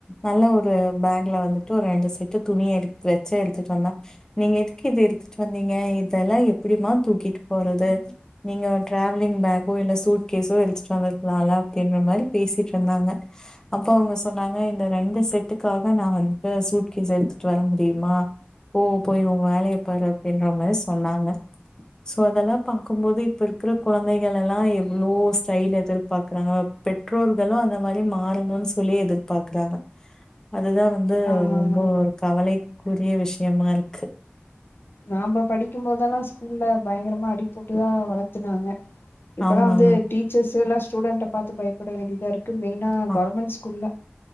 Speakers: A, on the left; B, on the left.
A: நல்ல ஒரு பேக்ல வந்துட்டு ஒரு ரெண்டு செட்டு துணி எடுத்து வெச்சு எடுத்துட்டு வந்தே நீங்க எதுக்கு இது எடுத்துட்டு வந்தீங்க இதெல்லா எப்டிமா தூக்கிட்டு போறது நீங்க டிராவலிங் பேக்கோ இல்ல சூட் கேஸோ எடுத்துட்டு வந்த அப்டின்றா மாதிரி பேசிட்ருந்தாங்க அப்ப அவங்க சொன்னாங்க இந்த ரெண்டு செட்டுக்காக நா வந்துட்டு சூட் கேஸ் எடுத்துட்டு வர முடியுமா போ போய் உ வேலையப்பாரு அப்டின்றா மாதிரி சொன்னாங்க சோ அதெல்லா பாக்கும்போது இப்ப இருக்கிற குழந்தைகள்லலா எவ்ளோ ஸ்டைல் எதிர் பாக்குறாங்க பெற்றோர்களு அந்த மாரி மாறணுன்னு சொல்லி எதிர்பாக்றாங்க அதுதா வந்து
B: ஆமா
A: ரொம்ப
B: ஆமாங்க
A: ஒரு கவலை உரிய விஷயமா இருக்கு
B: நாம்ப படிக்கும் போதெல்லா ஸ்கூல்ல பயங்கரமா அடி போட்டுதா வளத்துனாங்க இப்பல்லா
A: ஆமாங்க
B: வந்து டீச்சர்ஸ் ல்லாம் ஸ்டூடண்ட பாத்து பயப்பட வேண்டிதாருக் க்கு மெயினா
A: ஆ
B: கவர்மெண்ட் ஸ்கூல்ல